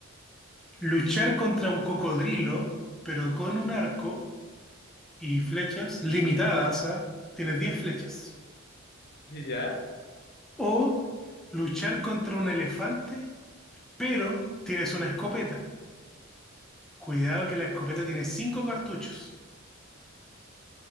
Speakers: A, in the centre; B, on the left (about 50°).
A: Luchar contra un cocodrilo, pero con un arco. y flechas limitadas a... Tienes 10 flechas.
B: por ciento. <laughs> ¿Y ya?
A: O luchar contra un elefante, pero tienes una escopeta. Cuidado que la escopeta tiene 5 cartuchos.